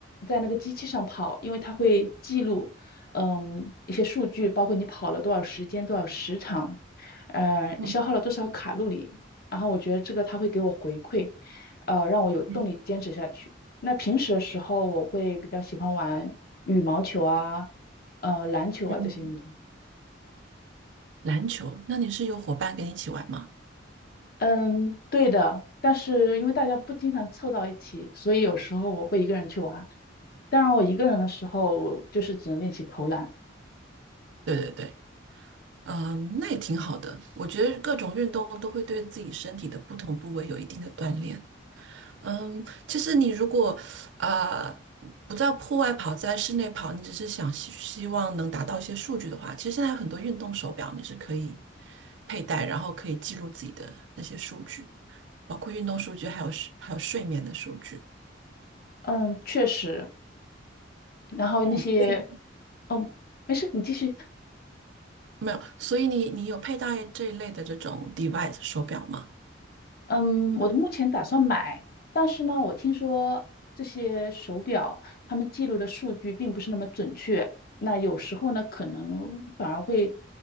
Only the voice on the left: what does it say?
在那个机器上跑，因为它会记录，嗯，一些数据，包括你跑了多少时间、多少时长，呃，消耗了多少卡路里。
然后我觉得这个它会给我回馈，呃，让我有动力坚持下去。
那平时的时候，我会比较喜欢玩羽毛球啊，呃，篮球啊这些运动。
嗯，对的。但是因为大家不经常凑到一起，所以有时候我会一个人去玩。当然，我一个人的时候就是只能练习投篮。
嗯，确实。然后那些，
嗯，没事，你继续。
嗯，我目前打算买，但是呢，我听说这些手表他们记录的数据并不是那么准确，那有时候呢，可能反而会